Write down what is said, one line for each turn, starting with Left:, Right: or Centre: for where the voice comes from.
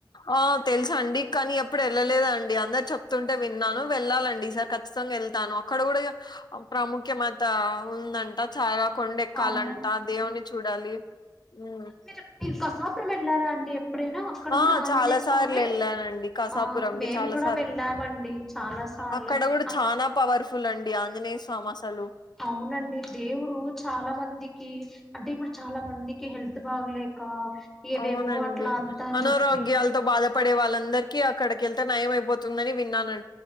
Left: ఆ తెల్సండి కానీ ఎప్పుడు ఎళ్ళలేదండి అందరు చెప్తుంటే విన్నాను వెళ్ళాలండి ఈసారి ఖచ్చితంగా ఎళ్తాను అక్కడ కూడా ప్రాముఖ్యమత ఉందంట చాలా కొండ ఎక్కాలంట
Centre: అవునండి
Left: దేవుని చూడాలి ఉమ్
Centre: మీరు మీరు కసాపురం ఎళ్లారాండి ఎప్పుడైనా అక్కడ
Left: ఆ
Centre: కూడా ఆంజనేయ
Left: చాలా
Centre: స్వామి
Left: సార్లు వెళ్ళానండి కసాపురంకి
Centre: ఆ మేము
Left: చాలా
Centre: కూడా
Left: సార్లు
Centre: వెళ్ళామండి చాలా సార్లు
Left: అక్కడ కూడా
Centre: అ-
Left: చానా పవర్ఫుల్ అండి ఆంజనేయ స్వామి అసలు
Centre: అవునండి దేవుడు చాలా మందికి అంటే ఇప్పుడు చాలా మందికి హెల్త్ బాగలేక ఏవేవో
Left: అవునండి
Centre: అట్లా అంతా అని
Left: అనారోగ్యాలతో
Centre: చెప్పి
Left: బాధపడే వాళ్ళందరికీ అక్కడికేళ్తే నయం అయిపో తుందన్ని విన్నానం